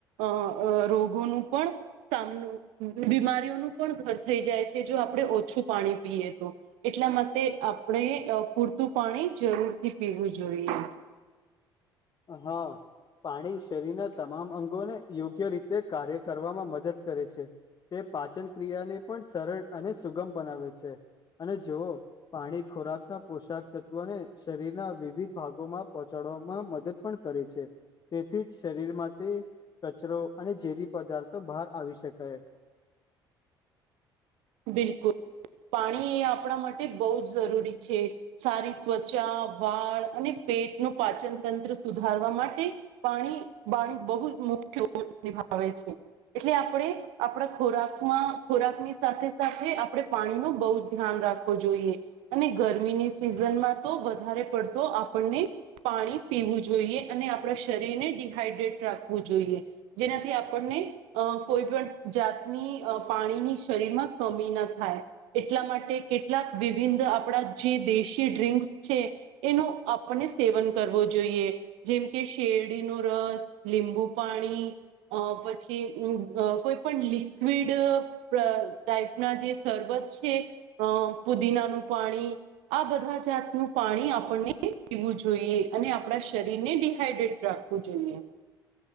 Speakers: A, on the right; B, on the left.
A: અહ અહ રોગોનું પણ સામનું બીમારીઓનું પણ ઘર થઈ જાય છે જો આપણે ઓછું પાણી પીએ તો એટલા માટે આપણે પૂર તો પાણી જરૂર થી પીવું જોઈએ.
B: હા. પાણી શરીરના તમામ અંગોને યોગ્ય રીતે કાર્ય કરવામાં મદદ કરે છે. તે પાચન ક્રિયાને પણ સરળ અને સુગમ બનાવે છે. અને જોઓ પાણી ખોરાકના પોશાક તત્વોને શરીરના વિવિધ ભાગોમાં પહોંચાડ વામાં મદદ પણ કરે છે તેથી જ શરીરમાંથી કચરો અને ઝેરી પદાર્થો બહાર આવી શકાય.
A: બિલકુલ. પાણી એ આપણા માટે બહુ જ જરૂરી છે સારી ત્વચા વાળ અને પેટ નું પાચન તંત્ર સુધારવા માટે પાણી બાણ બહુ મુખ્ય ની ભા આવે છે એટલે આપણેે આપણા ખોરાકમાં ખોરાક ની સાથે સાથે આપણે પાણી નું બહુ ધ્યાન રાખવું જોઈએ. અને ગરમીની સિઝનમાં તો વધારે પડતો આપણને પાણી પીવું જોઈએ અને આપણા શરીરને ડીહાઈડ્રેટ રાખવું જોઈએ. જેનાથી આપણ નહીં અહ કોઈ પણ જાતની અહ પાણીની શરીરમાં કમી ના થાય. એટલા માટે કેટલાક વિભિંદ આપણા જે દેશી ડ્રિંકસ છે. એનું આપણને સેવન કરવો જોઈએ. જેમ કે શેરડી નો રસ લીંબુ પાણી અહ પછી અમ્મ અહ કોઈ પણ લિક્વિડ ટા ટાઈપ ના જે શરબત છે અહ પુદીનાનું પાણી આ બધા ત નું પાણી આપણને પીવું જોઈએ અને આપણા શરીરને ડીહાઈડ્રેટ રાખવું જોઈએ.